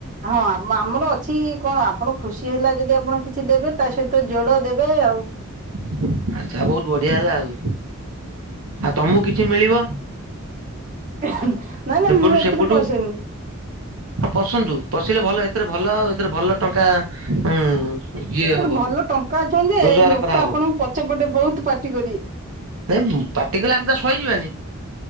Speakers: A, on the right (about 40°); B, on the right (about 75°).
A: ହଁ ଆମର କିଛି କଣ ଆପଣ ଖୁସି ହେଲା ଯଦି ଆପଣ କିଛି ଦେବେ ତା ସହିତ ଯୋଡ଼ ଦେବେ ଆଉ।
B: <inaudible> ଆ ବହୁତ ବଢିଆ ହେଲା ଆଉ ଆଉ ତମକୁ କିଛି ମିଳିବ?
A: ନାଇଁ ନାଇ
B: ଏପଟୁ
A: ମୁଁ ଏଥିରେ
B: ସେପଟୁ
A: ପସେନି।
B: ହଁ ପଶନ୍ତୁ ପଶିଲେ ଭଲ ଏଥିରେ ଭଲ ଆ ଏଥିରେ ଭଲ ଟଙ୍କା ଉଁ ଇଏ
A: ଏଥିରେ
B: ହବ
A: ଭଲ ଟଙ୍କା ଅଛନ୍ତି ଯେ
B: ରୋଜଗାର
A: ଏ ଲୋକ
B: କରାହବ
A: ଆପଣଙ୍କୁ ପଛେ ପଟେ ବହୁତ ପାର୍ଟି କରିବେ।
B: ନାଇଁ ପାଟି କଲେ ଆମେ ତ ସହିଯିବାନି।